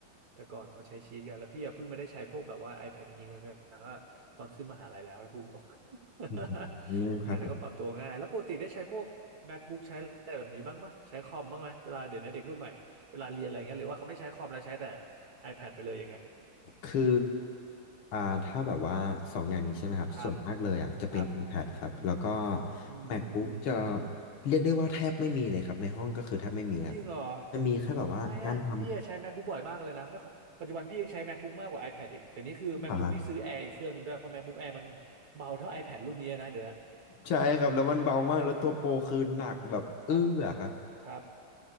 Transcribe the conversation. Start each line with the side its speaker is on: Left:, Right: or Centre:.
Right: แต่ก่อนเขาใช้ชีทกันแล้วพี่อะเพิ่งมาได้ใช้พวกแบบว่า iPad จริงๆแล้วก็ตอนขึ้นมหาลัยแล้วนะพูดตรง
Left: อ
Right: <laughs>
Left: ืมครับ
Right: ใช่แต่ก็ปรับตัวง่ายแล้วปกติได้ใช้พวก MacBook ใช้อะไรแบบนี้บ้างปะใช้คอมบ้างไหมเวลาเดี๋ยวนี้เด็กรุ่นใหม่เวลาเรียนอะไรเงี้ยหรือว่าเขาไม่ใช้คอมแล้วใช้แต่ iPad ไปเลยอย่างเงี้ย
Left: คืออ่าถ้าแบบว่าสองอย่างนี้ใช่ไหมครับส่วนมากเลยอ่ะจะเป็น
Right: ครับครับ
Left: iPad ครับแล้วก็
Right: อืม
Left: MacBook จะเรียกได้ว่าแทบไม่มีเลยครับในห้องก็คือแทบไม่มีครับ
Right: จริงเหรอ
Left: จะมีแค่แบบว่าการท
Right: ทำไมอ่ะพี่อะใช้ MacBook บ่อยมากเลยนะไม่ค่อยปัจจุบันพี่ยังใช้ MacBook มากกว่า iPad อีกเดี๋ยวนี้คือ
Left: ำอ่าครับ
Right: MacBook พี่ซื้อ Air อีกเครื่องหนึ่งด้วยเพราะ MacBook Air มันเบาเท่า iPad รุ่นนี้นะเดี๋ยวนะ
Left: ใช่ครับแล้วมันเบามากแล้วตัวโปรคือหนักแบบเอื้อครับ
Right: ครับครับ